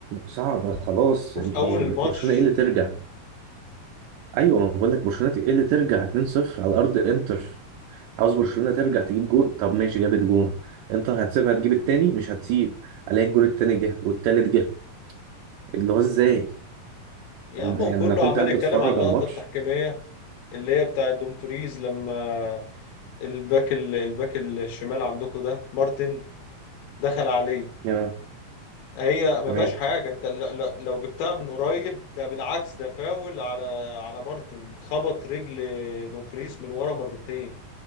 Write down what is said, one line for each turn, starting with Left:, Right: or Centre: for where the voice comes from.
Right: صعب خلاص
Left: وفي
Right: إيه،
Left: اول الماتش
Right: برشلونة إيه اللي ترجع ايوه ما بقول لك برشلونه تق- ايه اللي ترجع 2-0 على ارض انتر عاوز برشلونه ترجع تجيب جون طب ماشي جابت جون انتر هتسيبها تجيب التاني مش هتسيب الاقي الجون التاني جه والتالت جه اللي هو ازاي
Left: يا
Right: يعني
Left: عم وكله
Right: يعني انا كنت
Left: عمال
Right: قاعد
Left: يتكلم
Right: بتفرج
Left: على اللقطه
Right: على الماتش
Left: التحكيميه اللي هي بتاعه دومفريز لما الباك ال- الباك الشمال عندكم ده مارتن دخل عليه
Right: يا
Left: هي ما
Right: تمام
Left: فيهاش حاجه انت ل- ل- لو جبتها من قريب ده بالعكس ده فاول على على مارتن خبط رجل دومفريز من ورا مرتين